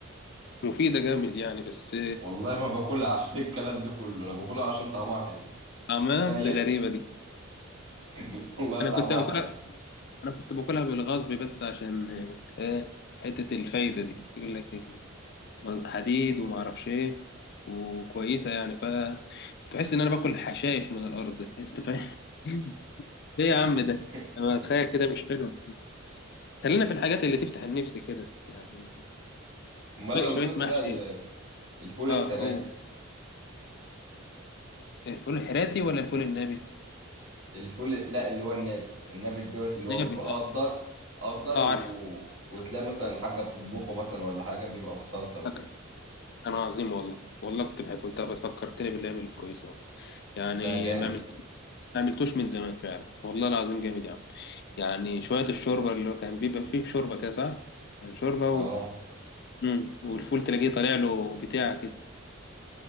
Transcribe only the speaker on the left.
مفيده جامد يعني بس
طعمها
ده غريبه دي
انا
كنت باكلها
انا كنت باكلها بالغصب بس عشان آه حته الفايده دي يقول لك الم- حديد وما اعرفش ايه وكويسه يعني ف تحس ان انا باكل حشائش من الارض انت فاهم <laughs> ايه يا عم
ده انا اتخيل كده مش حلو خلينا في الحاجات اللي تفتح النفس كده يعني
شويه
شوية
محشي
اه اوه إيه، فول حراتي ولا الفول النابت
نابت
اه
اه
عارف
فاكر. كان عظيم والله والله كنت بحبه انت فكرتني بالايام الكويسه والله يعني
ما عملت ما عملتوش من زمان فعلا والله العظيم جامد يا عم يعني شويه الشوربه اللي هو كان بيبقى فيه شوربه كده صح كان شوربه
و... مم. والفول تلاقيه طالع له بتاع كده